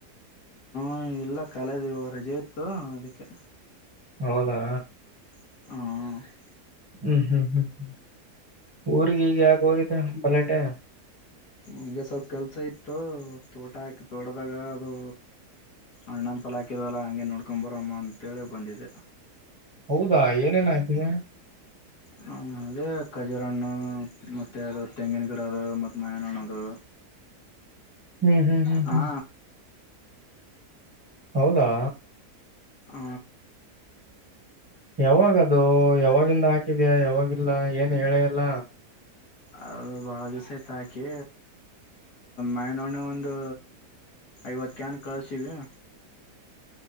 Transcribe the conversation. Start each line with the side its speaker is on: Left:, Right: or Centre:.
Left: ಹ ಇಲ್ಲ ಕಾಲೇಜ್ ರಜೆ ಇತ್ತು ಅದಕ್ಕೆ
Right: ಹೌದಾ
Left: ಹ
Right: ಹ್ಮ್ ಹ್ಮ್ ಹ್ಮ್ ಹ್ಮ್ ಊರ್ಗ ಈಗ ಯಾಕೆ ಹೋಗಿದೆ ಬಲಟೆ
Left: ಹಗೆ ಸ್ವಲ್ಪ ಕೆಲಸ ಇತ್ತು ತೋಟ ಹಾಕಿ ತೋಟ್ದಾಗ ಅದು ಅಣ್ಣಂಪಲ್ ಹಾಕಿದವಲ್ಲ ಹಗೆ ನೋಡ್ಕೊು ಬರಮ್ಮ ಅಂಂತೇಳಿ ಬಂದಿದೆ
Right: ಹೌದಾ ಏನೇನ್ ಆಯ್ತೀನ
Left: ಹ ಅದೇ ಖಜೂರ ಹಣ್ಣು ಮತ್ತು ಅದು ತೆಂಗಿನ ಗಿಡ ಅದು ಮತ್ತು ಮಯಾನ ಹಣ್ಣು ಅದು
Right: ಹ್ಮ್ ಹ್ಮ್ ಹ್ಮ್
Left: ಹಾ
Right: ಹ್ಮ್ ಹೌದಾ
Left: ಹ
Right: ಯಾವಾಗದು ಯಾವಾಗಿಂದ ಹಾಕಿದ್ಯಾ ಯಾವಾಗಿಲ್ಲ ಏನ್ ಹೇಳೇಲ್ಲ
Left: ಅದು ಬಹಳ ದಿವಸೈತ ಹಾಕಿ ಮೈನೊ್ಣ ಒಂದು ಐವತ್ಕನ್ ಕಳಸೀವಿ